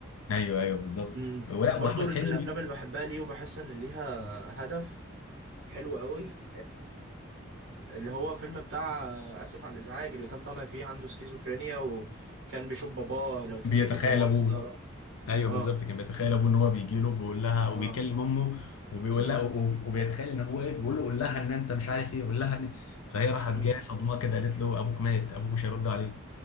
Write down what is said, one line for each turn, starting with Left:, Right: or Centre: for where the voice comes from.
Left: ايوه ايوه بالظبط
Right: امم
Left: ولا
Right: برضو
Left: واحمد
Right: من
Left: حلمي
Right: الافلام اللي بحبها ليه وبحس ان ليها هدف حلو قوي اللي هو فيلم بتاع آه، اسف على الازعاج اللي كان طالع فيه عنده سكيزوفرينيا وكان بيشوف باباه لو تفتكر
Left: بيتخيل
Right: كان مهندس
Left: ابوه
Right: طيران
Left: ايوه
Right: اه
Left: بالظبط كان بيتخيل ابوه ان هو بيجي له بيقول لها
Right: اه
Left: وبيكلم امه وبيقول
Right: مم.
Left: لها وب- وبيتخيل ان ابوه واقف بيقول له قول لها ان انت مش عارف ايه قول لها ان فهي راحت
Right: مم.
Left: جايه صدمه كده قالت له ابوك مات ابوك مش هيرد عليك